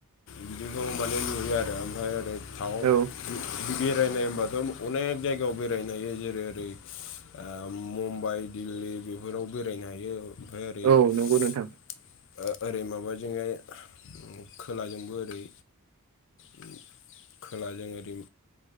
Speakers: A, on the left; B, on the right.
A: बिदिखौ माने नुयो आरो। ओमफ्राय ओरै थावां
B: औ
A: बेरायनाय होनबाथ' अनेक जायगायाव बेरायनो हायो जेरै ओरै ओ मुम्बाइ दिल्ली बेफोराव बेरायनो हायो। ओमफ्राय ओरै
B: औ
A: ओ
B: नंगौ नोंथां
A: ओरै माबाजोंहाय उम खोलाजोंबो ओरै उम खोलाजों ओरै